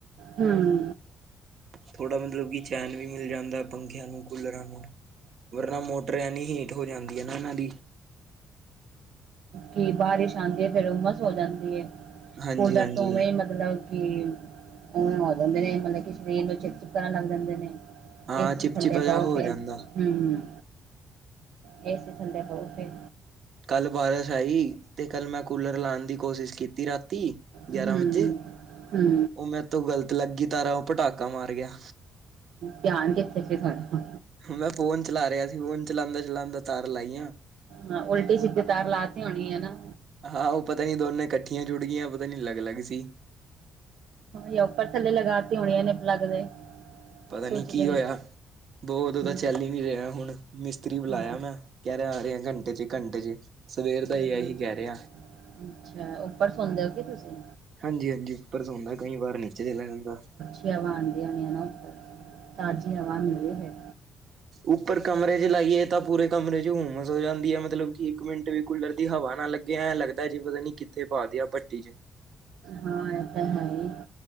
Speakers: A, on the right; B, on the right.
A: ਹੂੰ।
B: ਥੋੜਾ ਮਤਲਬ ਕਿ ਚੈਨ ਵੀ ਮਿਲ ਜਾਂਦੈ ਪੱਖਿਆਂ ਨੂੰ, ਕੂਲਰਾਂ ਨੂੰ। ਵਰਨਾ ਮੋਟਰ ਐਨੀ ਹੀਟ ਹੋ ਜਾਂਦੀ ਏ ਨਾ ਏਨਾਂ ਦੀ।
A: ਕਿ ਬਾਰਿਸ਼ ਆਂਦੀ ਏ ਫੇਰ ਉਮਸ ਹੋ ਜਾਂਦੀ ਏ,
B: ਹਾਂਜੀ
A: ਕੂਲਰ
B: ਹਾਂਜੀ
A: ਤੋਂ ਉਵੇਂ ਈ ਮਤਲਬ ਕਿ ਉਵੇਂ ਹੋ ਜਾਂਦੇ ਨੇ ਮਤਲਬ ਕਿ ਸਰੀਰ ਨੂੰ ਚਿਪ-ਚਿਪ ਕਰਨ ਲੱਗ ਜਾਂਦੇ ਨੇ।
B: ਹਾਂ
A: ਏ
B: ਚਿਪਚਿਪਾ
A: ਸੀ ਥੱਲੇ
B: ਜਿਹਾ
A: ਬੌ
B: ਹੋ
A: ਫਿਰ।
B: ਜਾਂਦਾ
A: ਹੂੰ, ਏ ਸੀ ਥੱਲੇ ਬੌ ਫਿਰ।
B: ਕੱਲ ਬਾਰਿਸ਼ ਆਈ 'ਤੇ ਕੱਲ ਮੈਂ ਕੂਲਰ ਲਾਣ ਦੀ ਕੋਸ਼ਿਸ਼ ਕੀਤੀ ਰਾਤੀ ਗਿਆਰਾਂ
A: ਹੂੰ
B: ਵਜੇ,
A: ਹੂੰ
B: ਓ ਮੇਤੋਂ ਗ਼ਲਤ ਲਾਗੀ ਤਾਰਾ ਓ ਪਟਾਕਾ ਮਾਰ ਗਿਆ।
A: ਧਿਆਨ ਕਿੱਥੇ ਸੀ ਸਾਡਾ?
B: ਮੈਂ ਫੋਨ ਚਲਾ ਰੇਆ ਸੀ ਫੋਨ ਚਲਾਂਦਾ-ਚਲਾਂਦਾ ਤਾਰ ਲਾਈਆ।
A: ਹਾਂ ਉਲਟੀ-ਸਿੱਧੀ ਤਾਰ ਲਾਤੀ ਹੋਣੀ ਹਨਾ।
B: ਹਾਂ ਓ ਪਤਾ ਨੀ ਦੋਨੇ ਕੱਠੀਆਂ ਜੁੜਗੀਆ, ਪਤਾ ਨੀ ਅਲੱਗ-ਅਲੱਗ ਸੀ।
A: ਯਾ ਉੱਪਰ-ਥੱਲੇ ਲਗਾਤੀ ਹੋਣੀ ਏਨੇ ਪਲੱਗ ਦੇ।
B: ਪਤਾ
A: ਸਵਿੱਚ
B: ਨੀ ਕੀ
A: ਦੇ
B: ਉਇਆ
A: ਵਿੱਚ
B: ਦੋ-ਦੋ ਦਾ
A: ਹੂੰ
B: ਚੱਲ ਈ ਨੀ ਰੇਆ ਹੁਣ। ਮਿਸਤਰੀ ਬਲਾਇਆ
A: ਹੂੰ
B: ਮੈਂ ਕੈ ਰੇਆ ਆ ਰੇਆ ਘੰਟੇ 'ਚ ਈ ਘੰਟੇ 'ਚ ਸਵੇਰ ਦਾ ਈ
A: ਹੂੰ
B: ਏਹੀ ਕੈ ਰੇਆ।
A: ਅੱਛਾ ਉੱਪਰ ਸੌਂਦੇ ਓ ਕੇ ਤੁਸੀਂ?
B: ਹਾਂਜੀ-ਹਾਂਜੀ ਉੱਪਰ ਸੌਂਦਾ ਕਈ ਵਾਰ ਨੀਚੇ ਚਲਾ ਜਾਂਦਾ।
A: ਕੇ ਅਵਾ ਆਂਦੀਆਂ ਨੇ ਨਾ ਉੱਪਰ, ਤਾਜ਼ੀ ਹਵਾ ਮਿਲਦੀ ਏ ਫੇਰ।
B: ਉੱਪਰ ਕਮਰੇ 'ਚ ਲਾਈਏ ਤਾਂ ਪੂਰੇ ਕਮਰੇ 'ਚ ਈ ਹੂਮਸ ਹੋ ਜਾਂਦੀ ਏ ਮਤਲਬ ਕਿ ਇੱਕ ਮਿੰ ਟ ਵੀ ਕੂਲਰ ਦੀ ਹਵਾ ਨਾ ਲੱਗਿਆ ਐ ਲੱਗਦਾ ਜੀ ਪਤਾ ਨੀ ਕਿੱਥੇ ਪਾ ਦੇਆ ਭੱਟੀ 'ਚ।
A: ਹਾਂ ਐ ਤਾਂ ਹੈ ਈ,